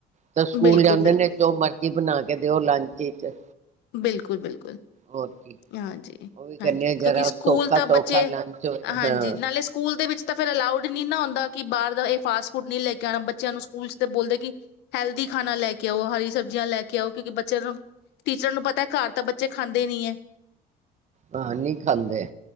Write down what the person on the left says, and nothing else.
ਬਿਲਕੁਲ
ਬਿਲਕੁਲ
ਬਿਲਕੁਲ- ਬਿਲਕੁਲ।
ਹਾਂਜੀ
-ਹਾਂਜੀ,
ਕਿਉਂਕਿ ਸਕੂਲ
ਤਾਂ ਬੱਚੇ
ਹਾਂਜੀ
ਨਾਲੇ ਸਕੂਲ ਦੇ ਵਿੱਚ। ਤਾਂ ਫਿਰ ਅਲਾਊਡ ਨ ਨਾ ਹੁੰਦਾ ਕਿ ਬਾਹਰ ਦਾ ਇਹ ਫਾਸਟ ਫੂਡ ਨੀ ਲੈ ਕੇ ਆਉਣਾ ਬੱਚਿਆਂ ਨੂੰ ਸਕੂਲ ਤੇ ਬੋਲਦੇ ਕਿ ਹੈਲਦੀ ਖਾਣਾ ਲੈ ਕੇ ਆਓ ਹਰੀ ਸਬਜ਼ੀਆਂ ਲੈ ਕੇ ਆਓ ਕਿਉਂਕਿ ਬੱਚਿਆਂ ਨੂੰ ਟੀਚਰਾਂ ਨੂੰ ਪਤਾ ਘਰ ਤਾਂ ਬੱਚੇ ਖਾਂਦੇ ਨਹੀਂ ਹੈ।